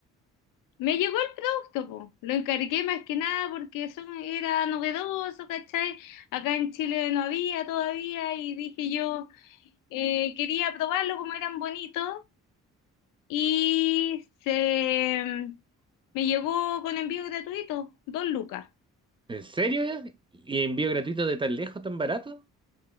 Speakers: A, on the left; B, on the right.
A: Me llegó el producto, po. Lo encargué más que nada porque eso era novedoso, ¿cachai? Acá en Chile no había todavía y dije yo, eh, quería probarlo como eran bonitos y se, me llegó con envío gratuito, dos lucas.
B: ¿En serio ya? ¿Y envío gratuito de tan lejos, tan barato?